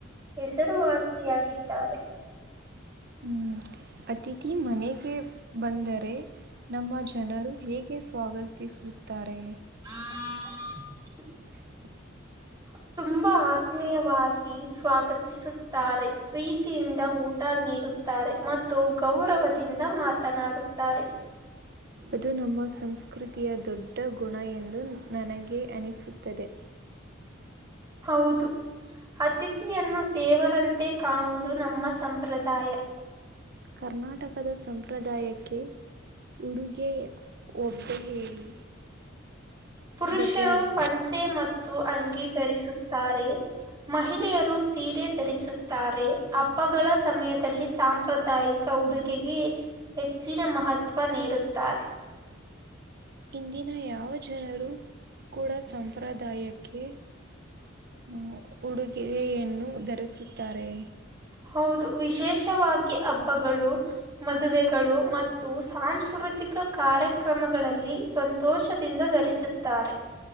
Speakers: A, on the right (about 20°); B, on the right (about 55°).
A: ಹೆಸರುವಾಸಿಯಾಗಿದ್ದಾರೆ
B: ಹ್ಮ್. ಅತಿಥಿ ಮನೆಗೆ ಬಂದರೆ ನಮ್ಮ ಜನರು ಹೇಗೆ ಸ್ವಾಗತ ವತಿಸುತ್ತಾರೆ
A: ಹ್ಮ
B: ಹ್ಮ
A: ಹ ತುಂಬಾ ಆತ್ಮೀಯವಾಗಿ ಸ್ವಾಗತಿಸುತ್ತಾರೆ ಪ್ರೀತಿಯಿಂದ ಊಟ ನೀರು ರೆ ಮತ್ತು ಗೌರವದಿಂದ ಮಾತನಾಡುತ್ತಾರೆ
B: ಅದು ನಮ್ಮ ಸಂಸ್ಕೃ ಪ್ರಕೃತಿಯ ದೊಡ್ಡ ಗುಣ ಎಂದು ನನಗೆ ಅನಿಸುತ್ತದೆ
A: ಹೌದು ಅತಿಥಿಯನ್ನು ದೇವರಂತೆ ಕಾಣುವುದು ನಮ್ಮ ಸಂಪ್ರದಾಯ
B: ಕರ್ನಾಟಕದ ಸಂಪ್ರದಾಯಕ್ಕೆ ಉಡುಗೆ ಒಬ್ಬೆ ಹೇಳಿ
A: ಪುರುಷರು
B: ಬಗ್ಗೆ ಹೇಳಿ
A: ಪಂಚೆ ಮತ್ತು ಅಂಗೀ ಧರಿಸುತ್ತಾರೆ ಮಹಿಳೆಯರು ಸೀರೆ ರಿಸುತ್ತಾರೆ ಹಬ್ಬಗಳ ಸಮಯದಲ್ಲಿ ಸಾಂಪ್ರದಾಯಿಕ ಉಡುಗೆಗೆ ಹೆ ಹೆಚ್ಚಿನ ಮಹತ್ವ ನೀಡುತ್ತಾರೆ
B: ಇಂದಿನ ಯಾವ ಜನರು ಕೂಡ ಸಂಪ್ರದಾಯಕ್ಕೆ ಹ ಉಡುಗೆಯನ್ನು ಧರಿಸುತ್ತಾರೆ
A: ಹೌದು ವಿಶೇಷವಾಗಿ ಹಬ್ಬಗಳು ಮದುವೆಗಳು ಮತ್ತು ಸಾಂಸ್ಕೃತಿಕ ಆತಿಕ ಕಾರ್ಯಕ್ರಮಗಳಲ್ಲಿ ಸಂತೋಷದಿಂದ ಧರಿಸುತ್ತಾರೆ